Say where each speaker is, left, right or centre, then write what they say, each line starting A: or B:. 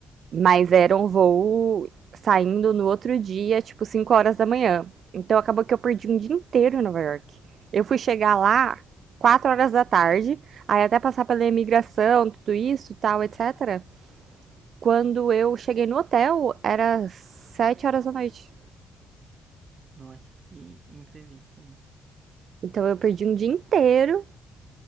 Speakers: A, on the right (about 55°); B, on the right (about 40°).
A: Mas era um voo saindo no outro dia, tipo 5 horas da manhã. Então acabou que eu perdi um dia inteiro em Nova York. Eu fui chegar lá 4 horas da tarde, aí até passar pela imigração, tudo isso, tal, etc. Quando eu cheguei no hotel, era 7 horas da noite.
B: Nossa, que imprevisto, hein?
A: Então eu perdi um dia inteiro